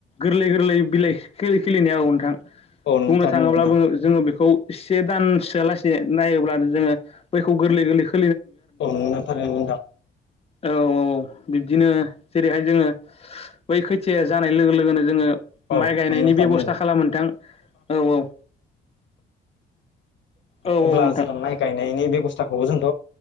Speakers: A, on the left; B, on the left.
A: गोरलै गोरलै बिलाइ खिलि खिलिनाया औ नोंथां
B: नोंथां
A: बुंनो थाङोब्ला बो जोङो बेखौ से दानसोआलासे नायोब्लानो जोङो बैखौ गोरलै गोरलैखौ
B: अ नंगौ थारैनो नोंथां।
A: औ औ बिब्दिनो जेरैहाय जोङो बै खैथियाया जानाय लोगो लोगोनो जोङो
B: औ
A: माइ गायनायनि
B: नंगौ थारैनो नंगौ नोंथां औ नंगौ थारैनो नंगौ नोंथां औ नंगौ थारैनो
A: बेब'स्था
B: नंगौ
A: खालामो नोंथां औ औ। औ
B: अब्ला
A: औ नोंथां
B: जोङो माइ गायनायनि बेब'स्थाखौबो जोंथ'